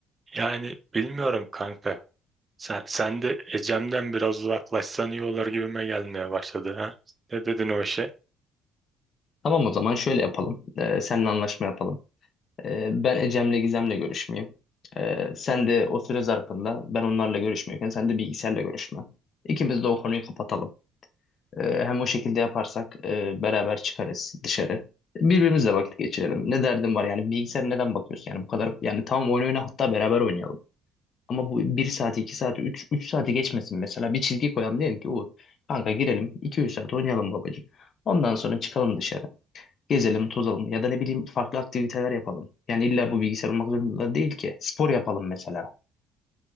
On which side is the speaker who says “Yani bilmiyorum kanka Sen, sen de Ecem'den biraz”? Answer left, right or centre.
Right